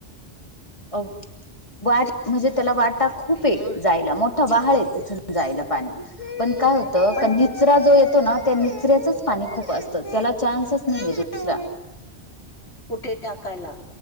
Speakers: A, on the left (about 30°); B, on the left (about 80°).
A: अ <unintelligible> म्हणजे त्याला वाटा खूप येत जायला मोठा वहाळ तिथून जायला पाणी पण काय होत त
B: पण
A: का निचरा जो येत येतो ना त्या निचऱ्याचच पाणी खूप असत त्याला चान्सच नाही ये दुसरा.
B: कुठे टाकायला,